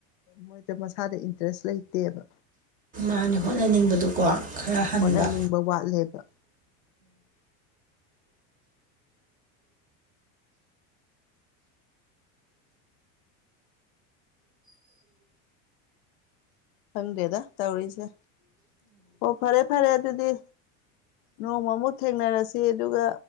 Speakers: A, on the left (about 80°); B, on the right (about 20°).
A: ꯃꯣꯏꯗ ꯃꯁꯥꯗ ꯏꯟꯇꯔꯦꯁ ꯂꯩꯇꯦꯕ
B: ꯃꯥꯅ ꯍꯣꯠꯅꯅꯤꯡꯕꯗꯨꯀꯣ ꯈꯔ ꯍꯟꯕ
A: ꯍꯣꯠꯅꯅꯤꯡꯕ ꯋꯥꯠꯂꯦꯕ ꯈꯪꯗꯦꯗ ꯇꯧꯔꯤꯁꯦ ꯑꯣ ꯐꯔꯦ ꯐꯔꯦ ꯑꯗꯨꯗꯤ ꯅꯣꯡꯃꯃꯨꯛ ꯊꯦꯡꯅꯔꯁꯤ ꯑꯗꯨꯒ